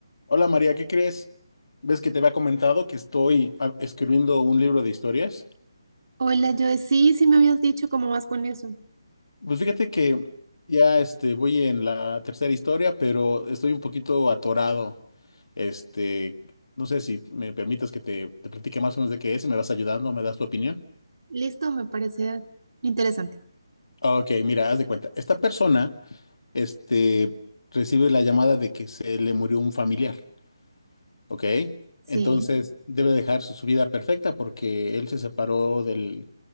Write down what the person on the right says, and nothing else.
Hola, Joe. Sí, sí me habías dicho cómo vas con eso.
Listo, me parece interesante.
Sí.